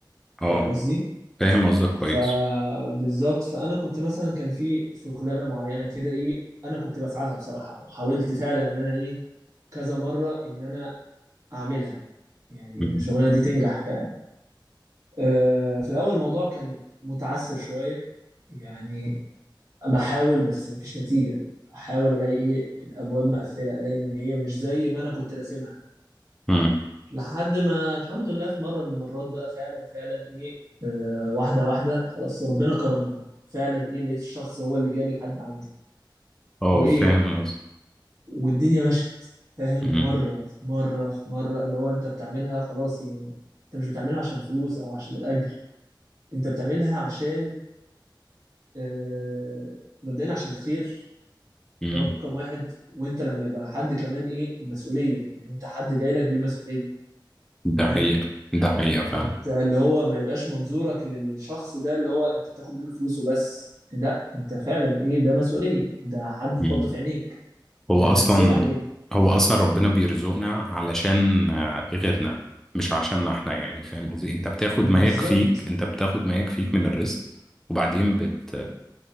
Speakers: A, in the centre; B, on the right.
A: اه
B: فاهم قصدي
A: فاهم قصدك كويس
B: فبالظبط فانا كنت مثلا كان في شغلانه معينه كده ايه انا كنت بسعى لها بصراحه وحاولت فعلا ان انا ايه كذا مره ان انا اعملها يعني
A: مم.
B: ان الشغلانه دي تنجح فعلا أه في الاول الموضوع كان متعثر شويه يعني بحاول بس مفيش نتيجة احاول الاقي ايه الابواب مقفلة الاقي ان هي مش زي ما انا كنت راسمها
A: مم.
B: لحد ما الحمد لله في مرة من المرات بقى فعلا فعلا ايه آه واحدة واحدة خلاص ربنا كرمني فعلا ايه لقيت الشخص هو اللي جالي لحد عندي
A: اه
B: وايه
A: فاهم قصدك
B: والدنيا مشت فاهم
A: مم.
B: مرة في مرة في مرة اللي هو انت بتعملها خلاص يعني انت مش بتعملها عشان فلوس او عشان الاجر انت بتعملها عشان آه مبدئيا عشان الخير
A: مم.
B: ده رقم واحد وانت لما يبقى حد كمان ايه مسؤولية يعني انت حد جاي لك دي مسؤولية
A: ده
B: فاهم
A: حقيقة ده حقيقة
B: فانت
A: فعلا
B: اللي هو ما يبقاش منظورك للشخص ده اللي هو انت بتاخد منه فلوسه بس لا انت فعلا ايه ده مسؤولية ده حد
A: مم.
B: تحطه في عينيك
A: هو
B: ده انت
A: أصلا
B: تسأل عليه
A: هو أصلا ربنا بيرزقنا علشان آه، غيرنا مش عشاننا احنا يعني فاهم قصدي انت بتاخد ما
B: بالظبط
A: يكفيك انت بتاخد ما يكفيك من الرزق وبعدين بت